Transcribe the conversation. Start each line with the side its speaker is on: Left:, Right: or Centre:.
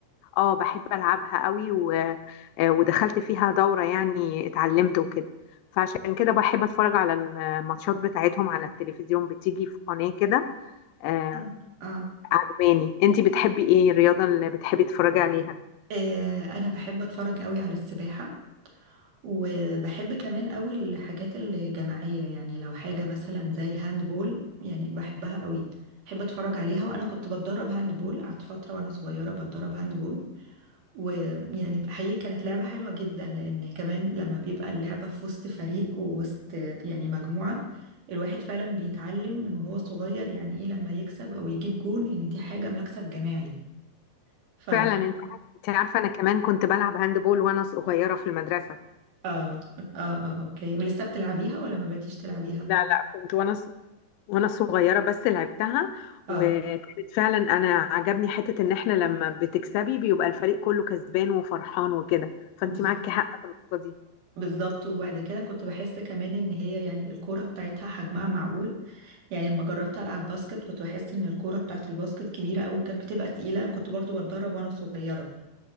Left: اه بحب العبها قوي و... آه، ودخلت فيها دوره يعني اتعلمت وكده فعشان كده بحب اتفرج على الماتشات بتاعتهم على التلفزيون بتيجي في قناه كده آه،
Right: آه. آه
Left: عجباني انتي بتحبي ايه الرياضه اللي بتحبي تتفرجي عليها
Right: آه، أنا بحب أتفرج قوي على السباحة وبحب كمان قوي الحاجات الجماعية يعني لو حاجة مثلا زي الهاندبول يعني بحبها قوي بحب أتفرج عليها وأنا كنت بتدرب هاندبول قعدت فترة وأنا صغيرة بتدرب هاندبول ويعني حقيقي كانت لعبة حلوة جدا لأن كمان لما بيبقى اللعبة في وسط فريق ووسط يعني مجموعة الواحد فعلا بيتعلم من وهو صغير يعني إيه لما يكسب أو يجيب جون إن دي حاجة مكسب جماعي ف آه
Left: فعلا انت انت عارفه انا كمان كنت بلعب هاندبول وانا صغيره في المدرسه
Right: آه آه أوكي ولسه بتلعبيها ولا ما بقيتيش تلعبيها؟
Left: لا لا كنت وانا ص- وانا صغيره بس لعبتها
Right: آه
Left: وكانت فعلا انا عجبني حته ان احنا لما بتكسبي بيبقى الفريق كله كسبان وفرحان وكده فانت
Right: بالظبط
Left: معاكي حق في النقطه دي
Right: بالظبط وبعد كده كنت بحس كمان ان هي يعني الكورة بتاعتها حجمها معقول يعني لما جربت العب باسكت كنت بحس ان الكورة بتاعت الباسكت كبيرة قوي كانت بتبقى تقيلة كنت برضو بتدرب وانا صغيرة